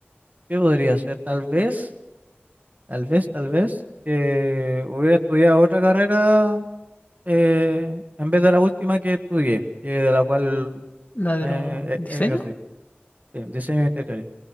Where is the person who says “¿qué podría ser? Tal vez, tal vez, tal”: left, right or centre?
Right